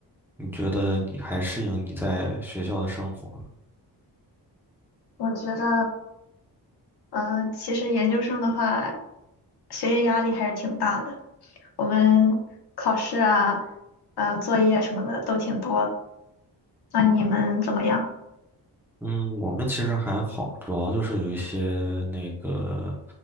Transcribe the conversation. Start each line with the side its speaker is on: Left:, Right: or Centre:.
Centre: 你觉得你还适应你在学校的生活吗？
Left: 我觉得，嗯，其实研究生的话，学业压力还是挺大的。我们考试啊，呃，作业什么的都挺多。那你们怎么样？
Centre: 嗯，我们其实还好，主要就是有一些那个